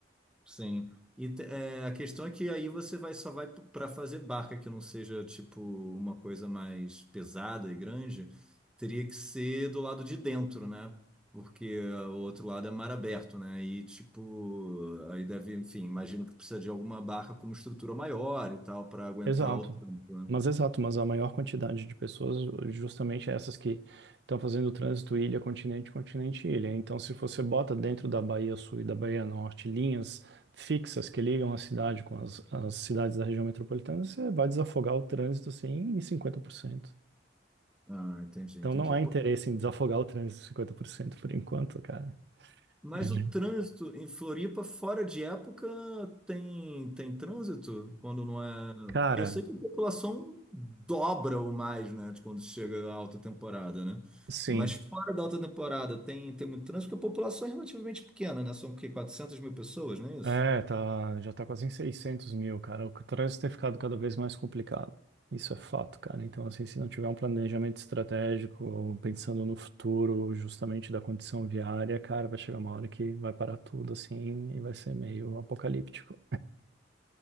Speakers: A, in the centre; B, on the right (about 60°).
A: Sim. E te- é, a questão é que aí você vai só vai para fazer barca que não seja tipo uma coisa mais pesada e grande, teria que ser do lado de dentro, né? Porque ó, o outro lado é mar aberto, né? E tipo, aí deve, enfim, imagino que precisa de alguma barca com uma estrutura maior e tal para aguentar
B: Exato.
A: o tempo, né?
B: Mas exato, mas a maior quantidade de pessoas, justamente essas que estão fazendo o trânsito ilha, continente, continente, ilha. Então, se você bota dentro da Bahia Sul e da Bahia Norte linhas fixas que ligam a cidade com as, as cidades da região metropolitana, você vai desafogar o trânsito assim em cinquenta por cento
A: Ah, entendi,
B: Então,
A: entendi.
B: não há interesse em desafogar o trânsito em 50% por enquanto, cara.
A: Mas
B: Uhum.
A: o trânsito em Floripa, fora de época, tem, tem trânsito quando não é.
B: Cara,
A: Porque eu sei que a população dobra ou mais, né, de quando chega a alta temporada, né?
B: sim.
A: Mas fora da alta temporada tem, tem muito trânsito, porque a população é relativamente pequena, né? São o quê? 400 mil pessoas, não é isso?
B: É, tá, já tá quase em 600 mil, cara. O trânsito tem ficado cada vez mais complicado. Isso é fato, cara. Então, assim, se não tiver um planejamento estratégico, pensando no futuro, justamente da condição viária, cara, vai chegar uma hora que vai parar tudo, assim, e vai ser meio apocalíptico.